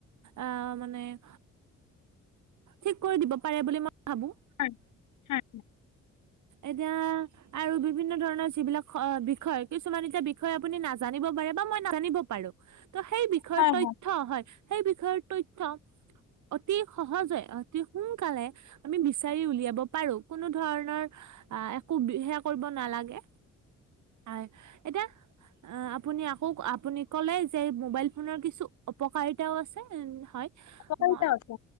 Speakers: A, on the right; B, on the left.
A: আহ' মানে- ঠিক কৰি দিব পাৰে বুলি মই ভাবোঁ।
B: হয় হয়।
A: এতিয়া- আৰু বিভিন্ন ধৰণৰ যিবিলাক অঁ' বিষয় কিছুমান এতিয়া বিষয় আপুনি নাজানিব পাৰে বা মই নাজানিব পাৰোঁ। ত' সেই বিষয়ৰ
B: হয়
A: তথ্য হয়, সেই বিষয়ৰ তথ্য- অতি সহজে অতি সোনকালে আমি বিচাৰি উলিয়াব পাৰোঁ। কোনো ধৰণৰ আহ' একো বিশেষ কৰিব নালাগে, হয়, এতিয়া- অঁ' আপুনি আকৌ আপুনি ক'লেই যে মোবাইল ফোনৰ কিছু অপকাৰিতাও আছে, হয়।
B: উপকাৰিতা
A: মই
B: আছে